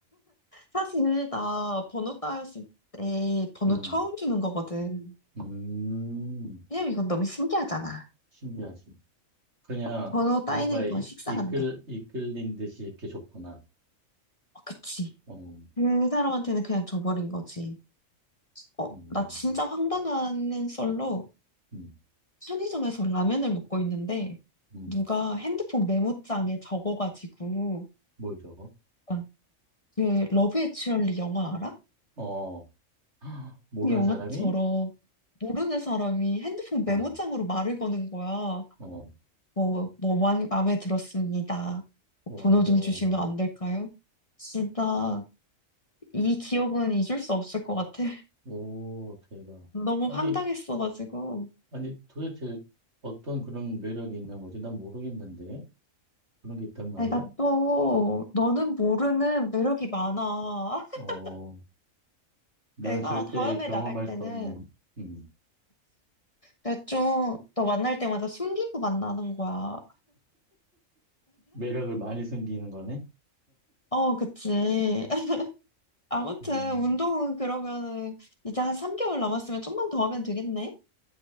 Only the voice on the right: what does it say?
음,
음,
신기하지. 그냥
뭔가에
이-
이끌, 이끌린 듯이 이렇게 줬구나.
어,
음,
음,
음,
뭘 저거?
어, <gasps> 모르는
사람이?
어,
어,
와,
대박.
오, 대박.
아니,
아니, 도대체 어떤 그런 매력이 있는 거지? 난 모르겠는데. 그런 게 있단 말이야?
어, 나는
절대
경험할
수 없는, 음,
매력을 많이 숨기는 거네?
음,